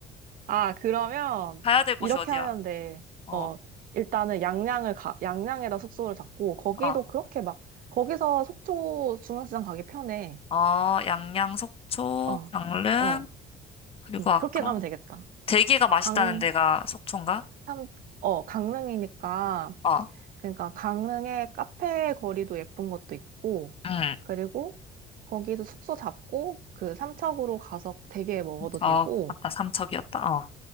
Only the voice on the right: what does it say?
아, 그러면
이렇게
하면 돼.
어, 일단은 양양을 가, 양양에다 숙소를 잡고, 거기도
그렇게 막, 거기서 속초 중앙시장 가기 편해.
어,
어,
응,
그렇게 가면 되겠다.
강,
참, 어, 강릉이니까,
그러니까 강릉의 카페 거리도 예쁜 것도 있고,
그리고 거기서 숙소 잡고 그 삼척으로 가서 대게 먹어도 되고,